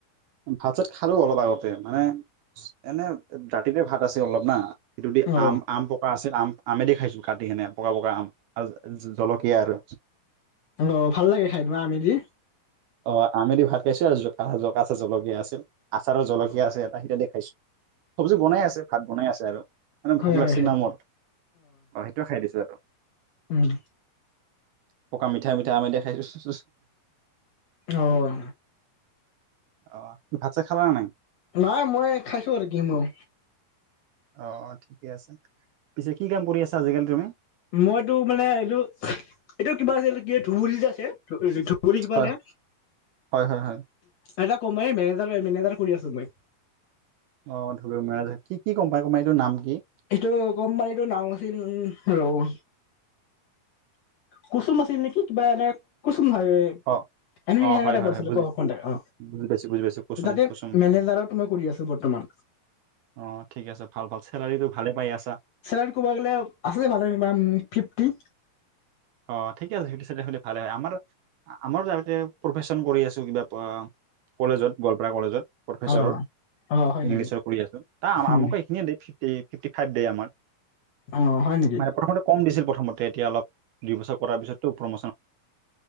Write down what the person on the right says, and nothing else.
ভাত চাত খালো অলপ আগতে মানে এনে ৰাতিতে ভাত আছে অলপ না সটো দি
আম আম পকা আছে আম আমেদি খাইছো কাটি কিনে পকা পকা আম আৰু জলকীয়া আৰু
অ আমেদি ভাত খাইছো আৰু জচ জলকীয়া আছিল আচাৰৰ জলকীয়া
আছে এটা সেইটা দেখাইছো চব্জি বনাই আছে ভাত বনাই আছে আৰু মানে
ভোক
লাগিছে
নামত অ সেইটোোৱে খাই দিছো আৰু
পকা মিঠাই মিঠাই আমেই দি খাইছোঁ।
অহ' ভাত চাত খালা নে নাই?
অহ' ঠিকে আছে। পিছে কি কাম কৰি আছা আজিকালি তুমি?
হয় হয় হয় হয়
অ ধবমৰাজ কি গম পাই কোমাই এইটো নাম কি
অ
অ',
হয়,
হয়, হয়,
বুজি
বুজি পাইছোঁ, বুজি পাইছোঁ, কুসুম,
কুসুম।
অ ঠিক আছে ভাল ভাল চেলাৰী টো ভালে পাই আছে
অ ঠিক আছে সেইটো চ হলে ভাল হয় আমাৰ আমাৰ যতে প্ৰফেচন কৰি আছো কিবা কলেজত গোৱালপাৰা কলেজত প্ৰফেচাৰৰ
ইংলিছৰ
কৰি আছো ত
আমকো এইখিনিয়ে ফিফটি ফাইভ দ আমাৰ
মানে প্ৰথমতে কম দিছিল প্ৰথমতে এতিয়া অলপ দুই বছৰ কৰাৰ পিছতো প্ৰম